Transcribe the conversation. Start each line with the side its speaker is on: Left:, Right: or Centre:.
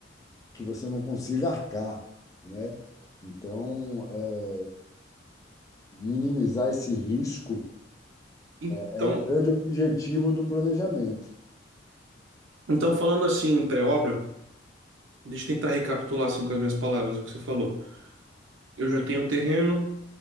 Left: que você não consiga arcar, né? Então, é, minimizar esse risco
Right: Então,
Left: é é o grande objetivo do planejamento,
Right: então falando assim em pré-obra, deixa eu tentar recapitular assim com as minhas palavras o que você falou. Eu já tenho o terreno,